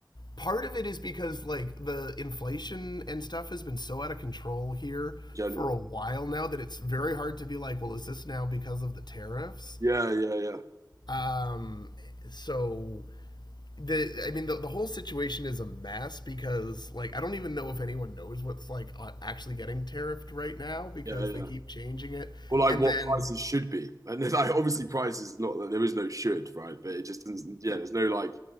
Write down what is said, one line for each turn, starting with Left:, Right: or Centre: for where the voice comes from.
Left: part of it is because like the inflation and stuff has been so out of control here
Right: generally,
Left: for a while now that it's very hard to be like, well, is this now because of the tariffs?
Right: yeah, yeah, yeah,
Left: Um, so the I mean the, the whole situation is a mess because like I don't even know if anyone knows what's like uh, actually getting tariffed right now because
Right: yeah, yeah.
Left: they keep changing it
Right: or like
Left: and
Right: what
Left: then
Right: prices should be. And then, like obviously prices not that there is no should, right? But it just doesn't yeah, there's no like,